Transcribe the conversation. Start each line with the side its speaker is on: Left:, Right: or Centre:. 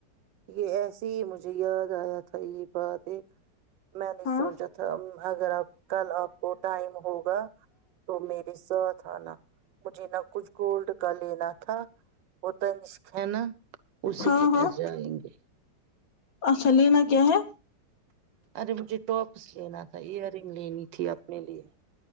Right: یہ ایسے ہی مجھے یاد آیا تھا یہ بات ایک میں نے
Left: ہاں
Right: سوچا تھا اگر آ کل آپ کو ٹائم ہوگا تو میرے ساتھ آنا مجھے نہ کچھ گولڈ کا لینا تھا وہ تنشک ہے نا اسی
Left: ہاں
Right: کے پاس
Left: ہاں
Right: گے
Left: اچھا لینا کیا ہے
Right: ارے مجھے ٹاپس لینا تھا ایئر رنگ لینی تھی اپنے لیے